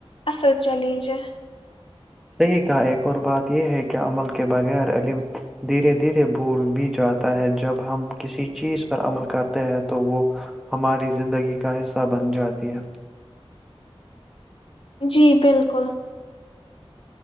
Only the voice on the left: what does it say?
اصل چیلینج
جی بالکل